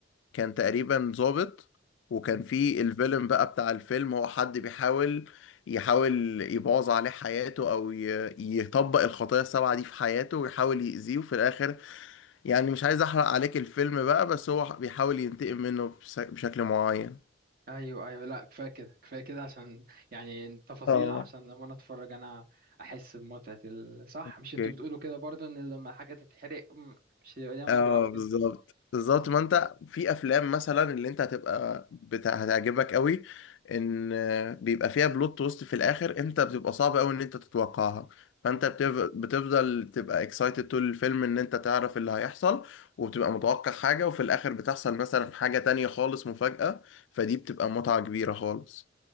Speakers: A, on the left; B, on the right.
A: كان تقريبا ظابط وكان
B: مم.
A: في الفيلم بقى بتاع الفيلم هو حد بيحاول يحاول يبوظ عليه حياته او ي- يطبق الخطايا السبعة دي في حياته ويحاول يأذيه وفي الاخر يعني مش عايز احرق عليك الفيلم بقى بس هو بيحاول ينتقم منه بس- بشكل معين
B: ايوه ايوه لا كفايه كده كفايه كده عشان يعني تفاصيل
A: اه
B: عشان لما انا اتفرج انا احس بمتعه ال- صح
A: اوكي.
B: مش انتوا بتقولوا كده برضو ان لما الحاجه تتحرق مم، مش هيبقى ليها متعه
A: اه
B: او كده
A: بالظبط بالظبط
B: بالظبط
A: ما انت في افلام مثلا اللي انت هتبقى بتاع هتعجبك قوي ان بيبقى فيها بلوت تويست في الاخر انت بتبقى صعب قوي ان انت تتوقعها فانت
B: مم.
A: بتف- بتفضل تبقى اكسايتد طول الفيلم ان انت تعرف اللي هيحصل وبتبقى متوقع حاجة وفي الاخر بتحصل مثلا حاجة تانية خالص مفاجأة فدي بتبقى متعة كبيرة خالص